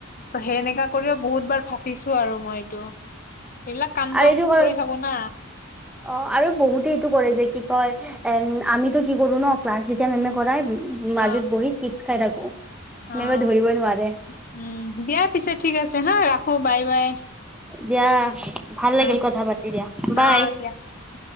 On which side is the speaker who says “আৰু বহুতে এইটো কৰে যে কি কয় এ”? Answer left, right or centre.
Centre